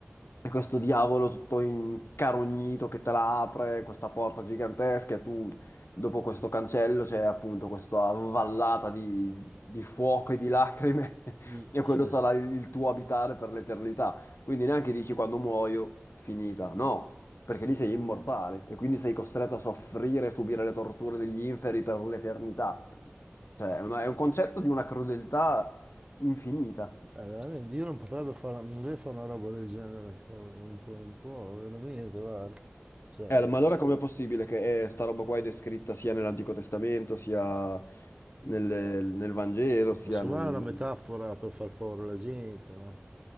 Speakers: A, on the left; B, on the right.
A: E questo diavolo tutto incarognito che te la apre, questa porta gigantesca, e tu dopo questo cancello c'è appunto questa vallata di, di fuoco e di lacrime,
B: di-
A: <laughs> e
B: sì.
A: quello sarà il tuo abitare per l'eternità. Quindi neanche dici quando muoio, finita, no, perché lì sei immortale e quindi sei costretto a soffrire e subire le torture degli inferi per l'eternità. Cioè, è una- è un concetto di una crudeltà infinita.
B: Eh, veramente, Dio non potrebbe fare, non deve fare una roba del genere, cavolo, non può, non può, veramente, guarda, cioè...
A: Eh, ma allora com'è possibile che eh, sta roba qua è descritta sia nell'Antico Testamento, sia nel, nel Vangelo, sia
B: Ma secondo
A: nel...
B: me
A: nel-
B: è una metafora per far paura alla gente, no?